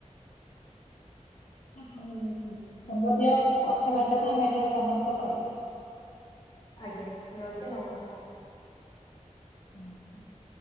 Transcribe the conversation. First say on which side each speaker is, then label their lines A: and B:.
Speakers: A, on the left; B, on the left.
A: ସମ୍ବଧୀୟ କଥାବାର୍ତ୍ତାକୁ ଆମେ ଏଠାରେ ସମାପ୍ତ କରିବା।
B: ଆଜ୍ଞା ରହୁଛି ନମସ୍କାର।
A: <inaudible>